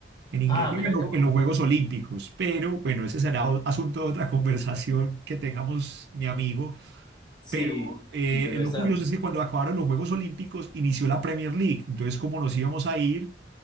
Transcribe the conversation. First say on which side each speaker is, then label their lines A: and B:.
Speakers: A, on the right (about 60°); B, on the left (about 25°).
A: en Inglaterra,
B: Ah, mirá
A: en, lo-
B: qué bueno.
A: en los Juegos Olímpicos. Pero bueno, ese será o- asunto de otra <laughs> conversación que tengamos, mi amigo.
B: Sí,
A: Pero eh,
B: interesante.
A: lo curioso es que cuando acabaron los Juegos Olímpicos inició la Premier League. Entonces, ¿cómo nos íbamos a ir?